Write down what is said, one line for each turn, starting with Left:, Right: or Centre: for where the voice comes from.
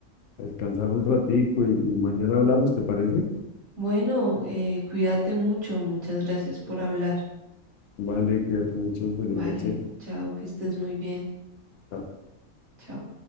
Left: descansar un ratico y, y mañana hablamos, ¿te parece?
Right: Bueno, eh, cuídate mucho, muchas gracias por hablar.
Left: Vale, cuídate mucho, feliz
Right: Vale,
Left: noche.
Right: chao, que estés muy bien.
Left: Chao.
Right: Chao.